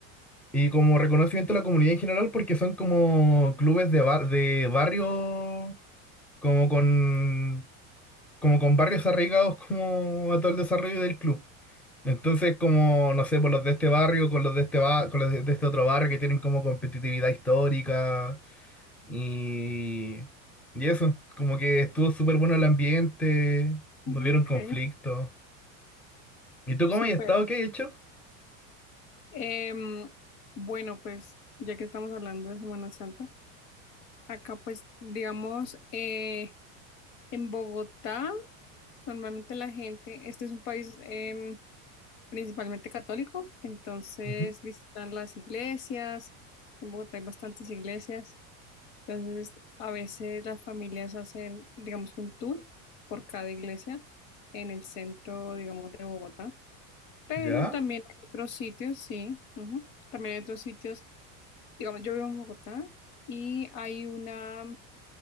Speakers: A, in the centre; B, on the left (about 65°).
A: y como reconocimiento a la comunidad en general porque son como clubes de, bar, de barrio, como con... como con barrios arraigados como a todo el desarrollo del club. Entonces, como, no sé, por los de este barrio, con los de este ba- con los de de este otro barrio que tienen como competitividad histórica y, y eso, como que estuvo súper bueno el ambiente, no
B: Ujú,
A: hubieron
B: Ok,
A: conflictos. ¿Y tú cómo
B: súper.
A: has estado? ¿Qué has hecho?
B: Em, bueno, pues ya que estamos hablando de Semana Santa, acá pues digamos, eh, en Bogotá Normalmente la gente, este es un país em, principalmente católico, entonces
A: Ujú,
B: visitan las iglesias, en Bogotá hay bastantes iglesias Entonces, a veces las familias hacen, digamos, un tour por cada iglesia en el centro, digamos, de Bogotá. Pero
A: ¿Ya?
B: también hay otros sitios, sí. ujú. También hay otros sitios, digamos, yo vivo en Bogotá y hay una,